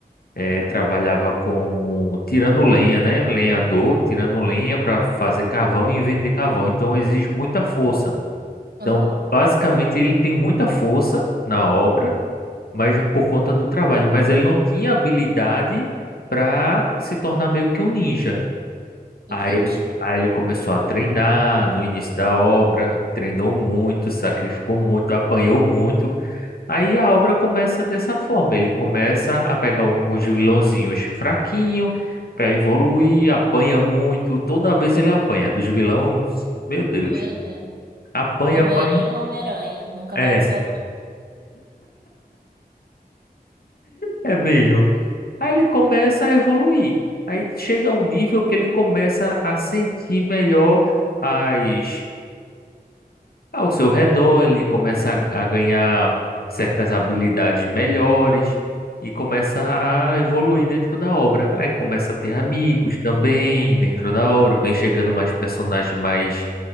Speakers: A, on the left; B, on the right.
A: eh, trabalhava como tirando lenha, né? Lenhador, tirando lenha para fazer carvão e vender carvão. Então exige muita força. Então,
B: Aham.
A: basicamente, ele tem muita força na obra mas por conta do trabalho. Mas ele não tinha habilidade para se tornar meio que um ninja.
B: Entendi.
A: Aí ele, aí ele começou a treinar no início da obra, treinou muito, sacrificou muito, apanhou muito. Aí a obra começa dessa forma: ele começa a pegar alguns vilãozinhos fraquinho para evoluir, apanha muito. Toda vez ele apanha dos vilões, meu Deus,
B: Meu Deus.
A: apanha,
B: Homem-Aranha,
A: apanha.
B: é Homem-Aranha. Nunca
A: É,
B: bate sua.
A: é mesmo. Aí ele começa a evoluir. Aí chega a um nível que ele começa a sentir melhor as, ao seu redor, ele começa a, a ganhar certas habilidades melhores e começa a evoluir dentro da obra. Aí começa a ter amigos também dentro da obra, vem chegando mais personagem mais